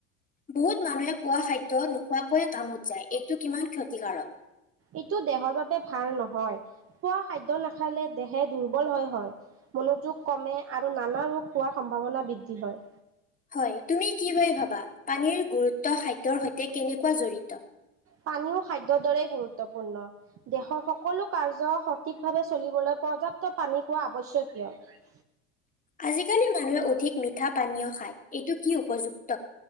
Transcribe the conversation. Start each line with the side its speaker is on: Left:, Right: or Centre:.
Left: বহুত মানুহে পোৱা খাদ্য নোখোৱাকৈয়ে কামত যায়, এইটো কিমান ক্ষতিকাৰক?
Right: ইটো দেহৰ বাবে ভাল নহয়। খোৱা খাদ্য নাখালে দেহে দুৰ্বল হয় হয়। মনোযোগ কমে আৰু নানা ৰোগ হোৱাৰ সম্ভাৱনা বৃদ্ধি হয়।
Left: হয়, তুমি কি <unintelligible> ভাবা, পানীৰ গুৰুত্ব খাদ্যৰ সৈতে কেনেকুৱা জড়িত?
Right: পানীও খাদ্যৰ দৰেই গুৰুত্বপূৰ্ণ। দেশৰ সকলো কাৰ্য সঠিকভাৱে চলিবলৈ পৰ্যাপ্ত পানী খোৱা আৱশ্যকীয়।
Left: আজিকালি মানুহে অধিক মিঠা পানীয় খায়, এইটো কি উপযুক্ত?